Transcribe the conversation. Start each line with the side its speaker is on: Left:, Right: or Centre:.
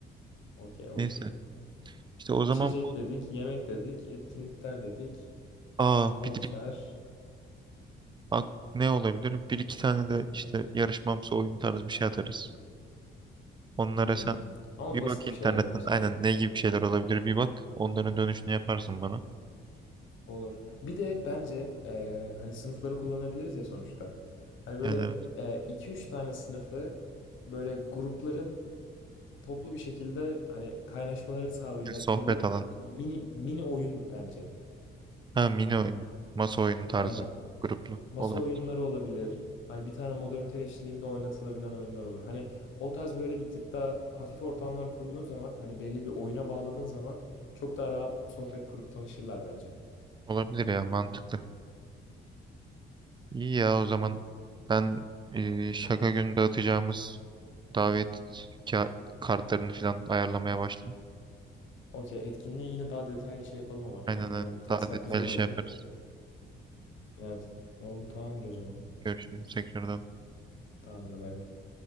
Left: Okey olur.
Right: Neyse. İşte o zaman
Left: İçecek
Right: bu
Left: dedik, yemek dedik, etkinlikler dedik,
Right: aa
Left: konser.
Right: bir de- ak- ne olabilir? Bir iki tane de işte yarışmamsı oyun tarzı bir şey atarız. Onlara
Left: Hmm.
Right: sen
Left: Ama
Right: bir
Left: basit
Right: bak internetten
Left: bir şeyler olması
Right: aynen
Left: lazım.
Right: ne gibi şeyler olabilir bir bak. Onların dönüşünü yaparsın bana.
Left: Olur. Bir de bence e, hani sınıfları kullanabiliriz ya sonuçta. Hani böyle
Right: Yani
Left: e, iki üç tane sınıfı böyle grupların toplu bir şekilde hani kaynaşmalarını sağlayacak
Right: bir sohbet
Left: böyle
Right: alanı
Left: mini mini oyun bence.
Right: Ha mini oyun. Masa oyunu tarzı
Left: Aynen.
Right: gruplu.
Left: Masa
Right: Olabilir.
Left: oyunları olabilir. Hani bir tane moderatör eşliğinde oynatılabilen oyunlar olur. Hani o tarz böyle bir tık daha hafif ortamlar kurduğun zaman hani belli bir oyuna bağladığın zaman çok daha rahat sohbet kurup tanışırlar bence.
Right: Olabilir ya mantıklı. İyi ya o zaman ben e, şaka günü dağıtacağımız davet ka- kartlarını falan ayarlamaya başlayayım.
Left: Okey etkinliği yine daha detaylı şey yapalım ama planlayalım.
Right: Aynen öyle.
Left: Taslak
Right: Daha detaylı
Left: güzel oldu.
Right: şey yaparız.
Left: Evet. Oldu tamamdır o zaman.
Right: Görüşürüz tekrardan.
Left: Tamamdır bay bay.